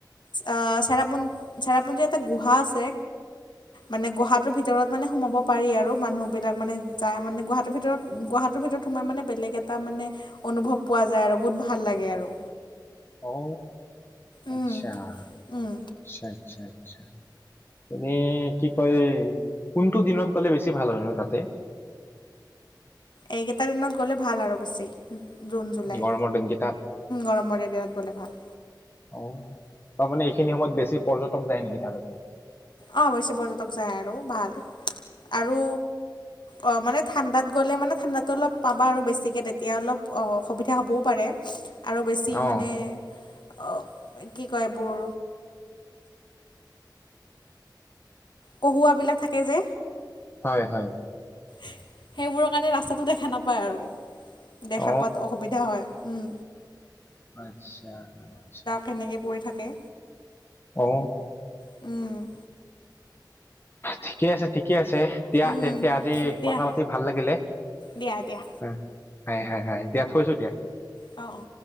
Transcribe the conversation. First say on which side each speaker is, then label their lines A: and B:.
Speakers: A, on the left (about 75°); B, on the left (about 30°).
A: আহ চেৰাপঞ্ চেৰাপঞ্জীৰ এটা গুহা আছে মানে গুহাটোৰ ভিতৰত মানে সোমাব পাৰি আৰু মানুহ বিলাক মানে যাই মানে গুহাটোৰ ভিতৰত গুৱাহাটীৰৰ ভিতৰত সোমাই মানে বেলেগ এটা মানে অনুভৱ পোৱা যায় আৰু বহুত ভাল লাগে আৰু
B: অ
A: উম
B: আচ্ছা
A: উম
B: আচ্ছা আচ্ছা আচ্ছা এনেই কি কয় কোনটো দিনত গ'লে বেছি ভাল হয় ন তাতে
A: এইকেইটা দিনত গ'লে ভাল আৰু বেছি জুন জুলাই
B: গৰমৰ দিনকেইটাত?
A: গৰমৰ দিনকেইটাত গ'লে ভাল
B: অ তাৰমানে এইখিনি সময়ত বেছি পৰ্যটক যায় নেকি তাতে
A: অঁ অৱশ্যে পৰ্যটক যায় আৰু ভাল আৰু অ মানে ঠাণ্ডাত গ'লে মানে ঠাণ্ডাতটো অলপ পাবা আৰু বেছিকে তেতিয়া অলপ অ সুবিধা হ'বও পাৰে আৰু বেছি
B: অ
A: মানে অ কি কয় এইবোৰ কঁহুৱা বিলাক থাকে যে
B: হয় হয়
A: সেইবোৰৰ কাৰণে ৰাস্তাটো দেখা নাপায় আৰু দেখা
B: অ
A: পোৱাত অসুবিধা হয় উম
B: আচ্ছা আচ্ছা
A: কেনেকে পৰি থাকে
B: অ
A: উম
B: ঠিকে আছে ঠিকে আছে দিয়া
A: উম
B: তেন্তে আজি
A: দিয়া
B: কথা পাতি ভাল লাগিলে
A: দিয়া দিয়া
B: অঁ, হয় হয় হয় দিয়া থৈছো দিয়া।
A: অঁ অঁ